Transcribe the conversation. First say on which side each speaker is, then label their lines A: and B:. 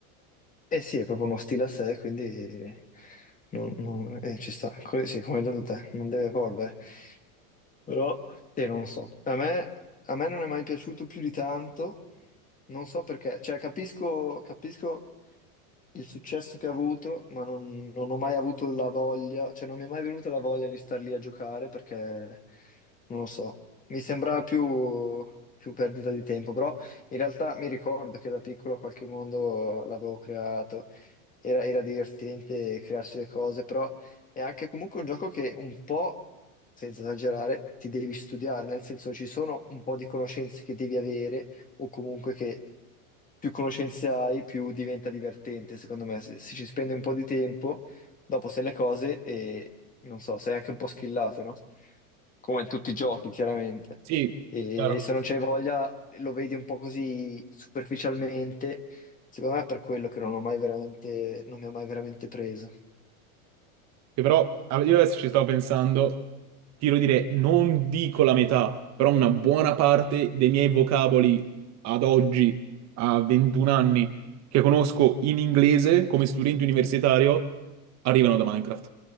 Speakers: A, on the left; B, on the right.
A: e sì, è proprio uno stile a sé, quindi non- non- eh, ci sta. Co- sì, come hai detto te, non deve evolvere. Però, eh, non so, a me, a me non è mai piaciuto più di tanto, non so perché, cioè capisco, capisco il successo che ha avuto, ma non, non ho mai avuto la voglia, cioè non mi è mai venuta la voglia di star lì a giocare perché non lo so, mi sembrava più, più perdita di tempo, però in realtà mi ricordo che da piccolo qualche mondo l'avevo creato, era, era divertente crearsi le cose, però è anche comunque un gioco che un po', senza esagerare, ti devi studiare, nel senso ci sono un po' di conoscenze che devi avere o comunque che più conoscenze hai, più diventa divertente, secondo me. Se, se ci spendi un po' di tempo, dopo sai le cose e, non so, sei anche un po' schillato, no? Come in tutti i giochi, chiaramente.
B: Sì,
A: E
B: chiaro.
A: se non c'hai voglia, lo vedi un po' così superficialmente. Secondo me è per quello che non ho mai veramente, non mi ha mai veramente preso.
B: Che però ah, io adesso ci stavo pensando, ti devo dire, non dico la metà, però una buona parte dei miei vocaboli ad oggi, a 21 anni, che conosco in inglese come studente universitario, arrivano da Minecraft.